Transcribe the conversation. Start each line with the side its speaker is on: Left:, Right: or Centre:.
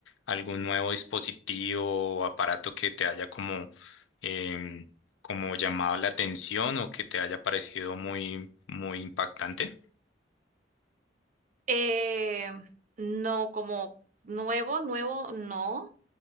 Left: algún nuevo dispositivo o aparato que te haya como, em, como llamado la atención o que te haya parecido muy, muy impactante?
Right: Eh, no, como nuevo, nuevo, no.